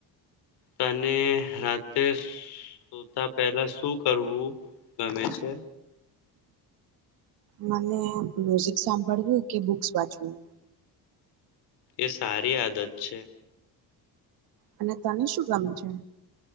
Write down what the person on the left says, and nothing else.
તને રાતે સોતા પહેલા શું કરવું ગમે છે?
એ સારી આદત છે.